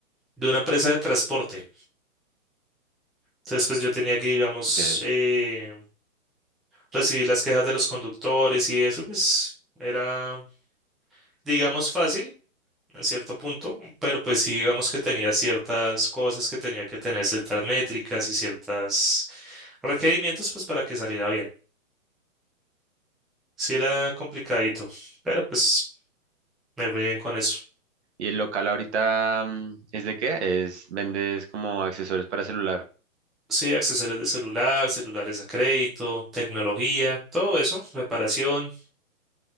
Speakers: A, in the centre; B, on the right.
A: de una empresa de transporte. Entonces, pues yo tenía que, digamos,
B: Ok.
A: eh, recibir las quejas de los conductores y eso, pues era, digamos, fácil en cierto punto, pero pues sí, digamos que tenía ciertas cosas que tenía que tener, ciertas métricas y ciertos requerimientos, pues para que saliera bien. Sí era complicadito, pero pues me fui bien con eso.
B: Y el local ahorita mm, es de qué? Es vendes como accesorios para celular.
A: Sí, accesorios de celular, celulares a crédito, tecnología, todo eso, reparación,